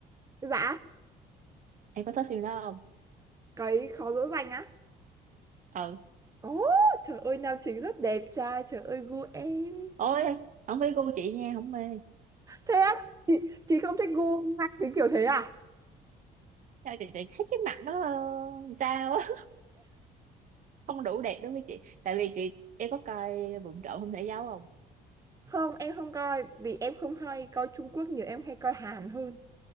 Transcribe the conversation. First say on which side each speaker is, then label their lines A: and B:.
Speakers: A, on the right (about 20°); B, on the right (about 50°).
A: dạ
B: Em có thích phim đó không?
A: cái Khó dỗ dành á
B: Ừ.
A: Ồ, trời ơi nam chính rất đẹp trai trời ơi gu em
B: Ôi, không phải gu chị nha, không mê.
A: thế á chị, chị không thích gu nam chính kiểu thế à
B: Sao chị, chị thấy cái mặt nó ờ, sao á, <laughs> không đủ đẹp đối với chị. Tại vì chị em có coi Vụng Trộm Không Thể Giấu không?
A: không em không coi vì em không hay coi Trung Quốc nhiều em hay coi Hàn hơn